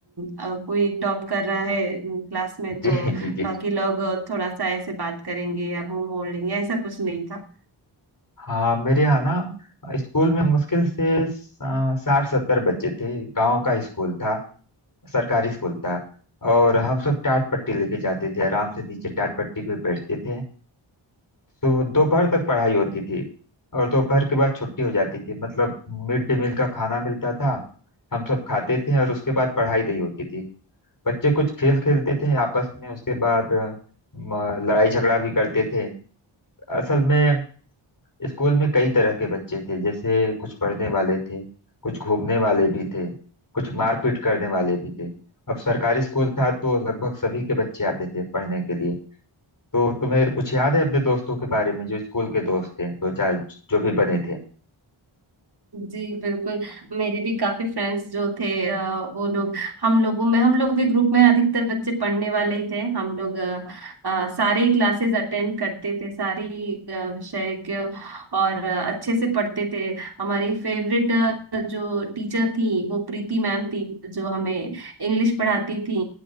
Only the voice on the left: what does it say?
<laughs>
जी जी जी
हाँ मेरे यहाँ ना स्कूल में मुश्किल से साठ सत्तर बच्चे थे गांव का स्कूल था सरकारी स्कूल था और हम सब टाट पट्टी लेके जाते थे आराम से नीचे टाट पट्टी पे बैठते थे तो दोपहर तक पढ़ाई होती थी और दोपहर के बाद छुट्टी हो जाती थी मतलब मिड डे मील का खाना मिलता था हम सब खाते थे और उसके बाद पढ़ाई नहीं होती थी बच्चे कुछ खेल खेलते थे आपस में उसके बाद अ, म- लड़ाई झगड़ा भी करते थे असल में स्कूल में कई तरह के बच्चे थे जैसे कुछ पढ़ने वाले थे कुछ घूमने वाले भी थे कुछ मारपीट करने वाले भी थे अब सरकारी स्कूल था तो लगभग सभी के बच्चे आते थे पढ़ने के लिए तो तुम्हें कुछ याद है अपने दोस्तों के बारे में जो स्कूल के दोस्त थे दो चार जो भी बने थे